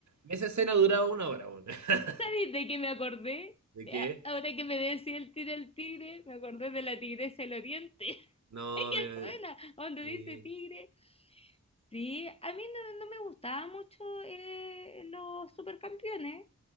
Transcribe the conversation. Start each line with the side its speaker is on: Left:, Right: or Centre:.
Right: Esa escena duraba una hora, bueno. <laughs>
Left: ¿Sabes ¿De que me acordé?
Right: ¿De
Left: Ya,
Right: qué?
Left: Ahora que me decía el tigre el tigre, me acordé de la tigresa del oriente. <laughs>
Right: No,
Left: Es
Right: pero...
Left: que suena, donde
Right: Sí.
Left: dice tigre. Sí, a mí no, no me gustaban mucho eh, los supercampeones.